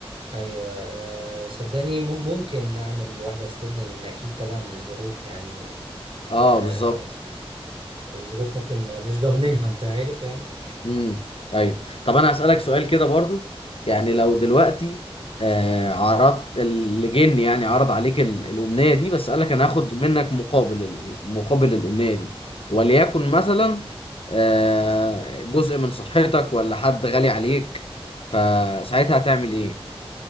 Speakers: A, on the right (about 60°); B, on the left (about 65°).
A: أيوة أه صدقني مم- ممكن أعمل واحدة استبن لأن أكيد طبعا الظروف يعني
B: اه
A: أه
B: بالظبط
A: الظروف ممكن ما- مش ضامنينها أنت عارف يعني
B: امم ايوه طب انا هسالك سؤال كده برضو يعني لو دلوقتي آه عرضت اللي جن يعني عرض عليك ال- الامنيه دي بس قالك انا هاخد منك مقابل ال- مقابل الامنيه دي وليكن مثلا آه جزء من صحتك ولا حد غالي عليك فساعتها هتعمل ايه